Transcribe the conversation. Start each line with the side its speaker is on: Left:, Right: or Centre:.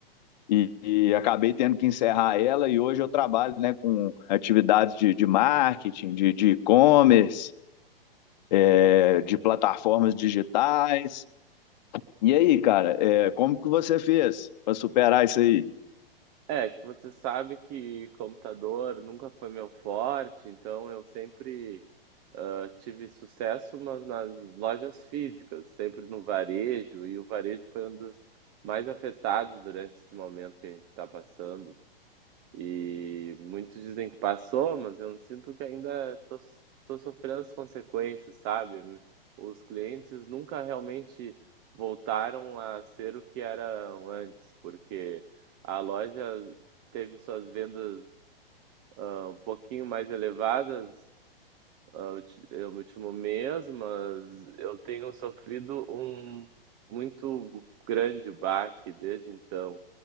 Left: e, e acabei tendo que encerrar ela e hoje eu trabalho né, com atividades de, de marketing, de de e-commerce, é, de plataformas digitais. E aí, cara, é, como que você fez para superar isso aí?
Right: É, que você sabe que computador nunca foi meu forte, então eu sempre Eu tive sucesso, mas nas lojas físicas, sempre no varejo, e o varejo foi um dos mais afetados durante esse momento que a gente está passando. E muitos dizem que passou, mas eu sinto que ainda estou sofrendo as consequências, sabe? Os clientes nunca realmente voltaram a ser o que eram antes, porque a loja teve suas vendas ah, um pouquinho mais elevadas ah, ulti- é o último mês, mas eu tenho sofrido um muito grande baque desde então.